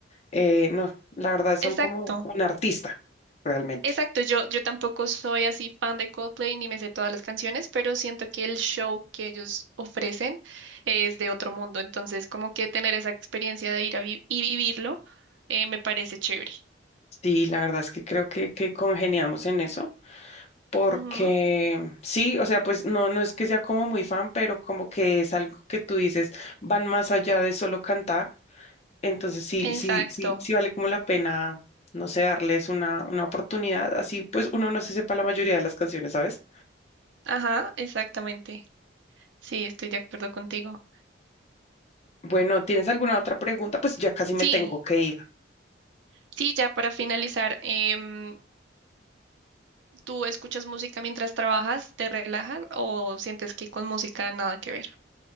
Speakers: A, on the left; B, on the right.
A: Eh, no, la verdad son
B: exacto.
A: como un artista, realmente.
B: Exacto, yo, yo tampoco soy así fan de Coldplay ni me sé todas las canciones, pero siento que el show que ellos ofrecen es de otro mundo, entonces como que tener esa experiencia de ir a vi- y vivirlo eh, me parece chévere.
A: Sí, la verdad es que creo que, que congeniamos en eso, porque
B: Ujú,
A: sí, o sea, pues no, no es que sea como muy fan, pero como que es algo que tú dices, van más allá de solo cantar. Entonces sí,
B: Exacto,
A: sí, sí, sí vale como la pena, no sé, darles una, una oportunidad. Así pues uno no se sepa la mayoría de las canciones, ¿sabes?
B: ajá, exactamente. Sí, estoy de acuerdo contigo.
A: Bueno, ¿tienes alguna otra pregunta? Pues ya casi me
B: Sí,
A: tengo que ir.
B: sí, ya para finalizar, em, ¿tú escuchas música mientras trabajas, te relajas o sientes que con música nada que ver?